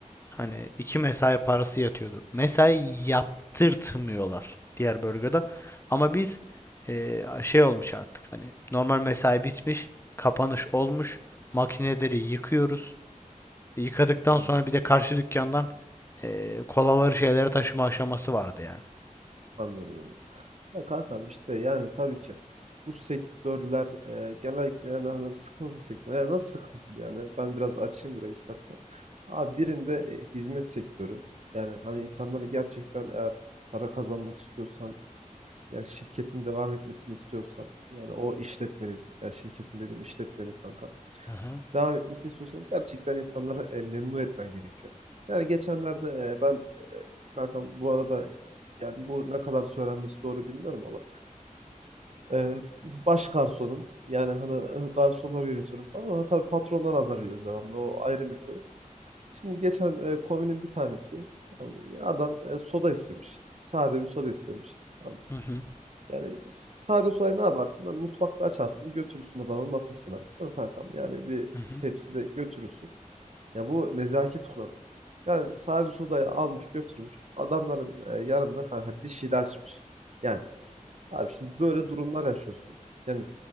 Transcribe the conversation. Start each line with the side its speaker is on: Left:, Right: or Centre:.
Left: Hani iki mesai parası yatıyordu. Mesai yaptırtmıyorlar diğer bölgede. Ama biz eee, şey olmuş artık hani normal mesai bitmiş, kapanış olmuş. Makineleri yıkıyoruz. Yıkadıktan
Right: anladım,
Left: sonra bir de karşı dükkandan eee kolaları şeyleri taşıma aşaması vardı yani.
Right: anladım onu. Ya kankam işte yani tabii ki bu sektörler e, genellikle yani hani sıkıntılı sektör. Yani nasıl sıkıntılı yani? Ben biraz açayım burayı istersen. Abi birinde e, hizmet sektörü. Yani hani insanları gerçekten eğer para kazanmak istiyorsan, yani şirketin devam etmesini istiyorsan, yani o işletmenin, yani şirketin dedim işletmenin kanka.
Left: Hı hı.
Right: devam etmesini istiyorsan gerçekten insanları e, memnun etmen gerekiyor. Yani geçenlerde e, ben e, kankam bu arada yani bu ne kadar söylenmesi doğru bilmiyorum ama e, baş garsonum. Yani hani e, garsonları yönetiyorum falan ama tabii patrondan azar yiyoruz devamlı. O ayrı mesele. Şimdi geçen e, komünün bir tanesi tamam mı? Ya adam e, soda istemiş. Sade bir soda istemiş. Tamam mı?
Left: Hı hı.
Right: Yani s- sade sodayı ne yaparsın? Lan mutfakta açarsın, götürürsün adamın masasına. Değil mi kankam? Yani bir
Left: Hı hı.
Right: tepside götürürsün. Ya bu nezaket kuralı. Yani sadece sodayı almış götürmüş. Adamların e, yanında kanka dişiyle açmış. Yani abi şimdi böyle durumlar yaşıyorsun. Yani